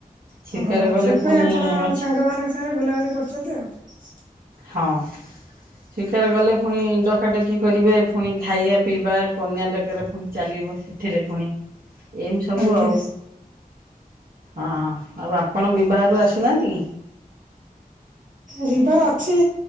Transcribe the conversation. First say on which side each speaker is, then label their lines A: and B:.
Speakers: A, on the right (about 80°); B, on the right (about 60°).
A: ଶିକାର
B: ଓହୋ
A: କଲେ
B: ସେଥିପାଇଁ
A: ପୁଣି
B: ଆପଣ
A: ଅଛି
B: ସାଙ୍ଗ ମାନଙ୍କ ସାଙ୍ଗରେ ବୁଲାବୁଲି କରୁଛନ୍ତି ଆଉ।
A: ହଁ ସ୍ୱୀକାର ଗଲେ। ଫୁଣି ଡକାଡକି କରିବେ ଫୁଣି ଖାଇବା ପିଇବା କନ୍ୟା ଡକାରା ଫୁଣି ଚାଲିବ ସେଥିରେ ଫୁଣି। ଏମିତି ସବୁ
B: ଆଜ୍ଞା
A: ଆଉ। ହଁ ଆଉ ଆପଣ ବିବାହରୁ ଆସୁନାହାନ୍ତି।
B: ଯିବାର ଅଛି